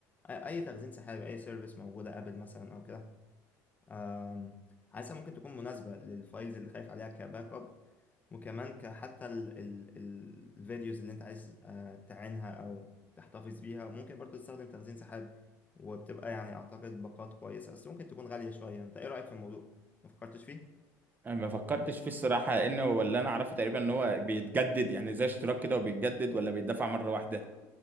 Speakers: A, on the left; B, on the right.
A: أي أي تخزين سحابي أي سيرفيس موجودة أبل مثلا أو كده أم، حاسسها ممكن تكون مناسبة للفايلز اللي خايف عليها كباك أب وكمان كحتى ال ال ال الفيديوز اللي أنت عايز آه، تعينها أو تحتفظ بيها ممكن برضو تستخدم تخزين سحابي وبتبقى يعني أعتقد باقات كويسة بس ممكن تكون غالية شوية أنت إيه رأيك في الموضوع؟ ما فكرتش فيه؟
B: انا ما فكرتش فيه الصراحه لانه ولا انا اعرفه تقريبا ان هو بيتجدد يعني زي اشتراك كده وبيتجدد ولا بيدفع مره واحده